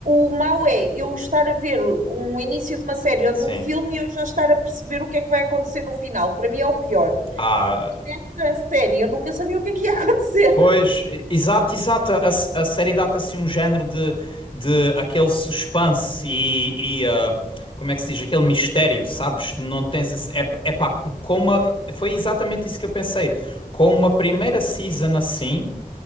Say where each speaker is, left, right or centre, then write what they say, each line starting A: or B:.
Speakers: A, on the right; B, on the left.
A: o mau é eu estar a ver um início de uma série ou
B: sim.
A: de um filme e eu já estar a perceber o que é que vai acontecer no final. Para mim é o pior.
B: Ah.
A: E nessa série eu nunca sabia o que é que ia <laughs> acontecer.
B: Pois, e- exato, exato. A, s- a série dá-te assim um género de, de aquele suspense e, e, ah, como é que se diz? Aquele mistério, sabes? Não tens esse- é, é pá, com uma, foi exatamente isso que eu pensei. Com uma primeira season assim.